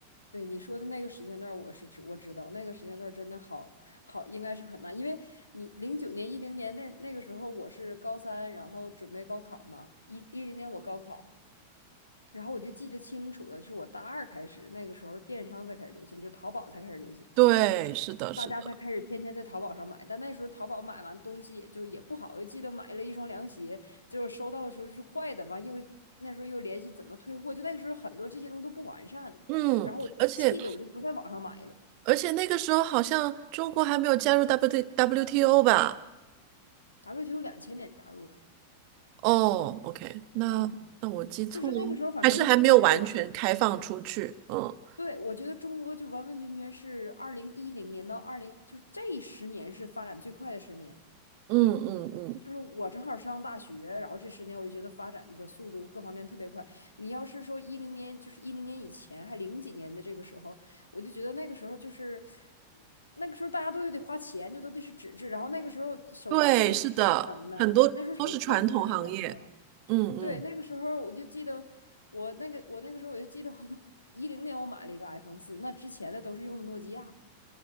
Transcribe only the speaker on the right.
对，是的，是的，
嗯。
而且而且那个时候好像中国还没有加入 WT WTO 吧？
哦，OK，那那我记错了，
还是还没有完全开放出去。嗯
嗯嗯嗯，
对，是的，很多都是传统行业。
嗯嗯，